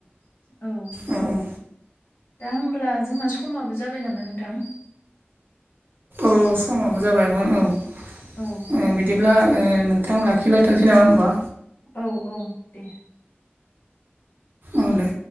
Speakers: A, on the left; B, on the right.
A: औ
B: अ औ
A: दा होमब्ला जोंना समाबो जाबाय नामा नोंथां
B: अ समाबो जाबायमोन औ ओ
A: औ
B: बिदिब्ला ओ नोंथां लाखिलायथ'सै नामा होनोमबा
A: औ औ दे
B: औ दे